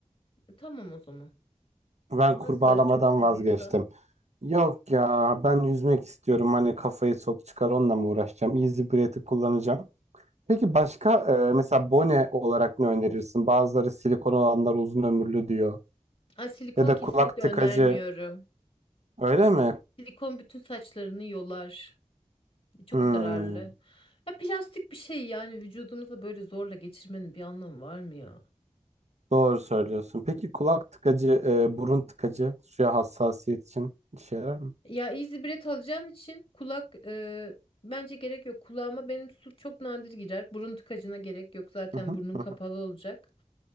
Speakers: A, on the left; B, on the right.
A: Tamam o zaman.
B: Ben
A: Bazıları
B: kurbağalamadan
A: çok seviyor
B: vazgeçtim.
A: da.
B: Yok ya ben yüzmek istiyorum. Hani kafayı sok çıkar onunla mı uğraşacağım? Easy Breath'i kullanacağım. Peki başka e, mesela bone olarak ne önerirsin? Bazıları silikon olanlar uzun ömürlü diyor.
A: Ay, silikon
B: Ya da
A: kesinlikle
B: kulak tıkacı
A: önermiyorum.
B: öyle mi?
A: Silikon bütün saçlarını yolar. Çok
B: Hmm,
A: zararlı. Ya plastik bir şey yani vücudumuza böyle zorla geçirmenin bir anlamı var mı ya?
B: doğru söylüyorsun. Peki kulak tıkacı, e, burun tıkacı suya hassasiyet için işe yarar mı?
A: Ya Easy Breath alacağın için kulak e, bence gerek yok. Kulağıma benim su çok nadir girer. Burun tıkacına gerek yok. Zaten
B: Hı hı,
A: burnun kapalı
B: hı hı.
A: olacak.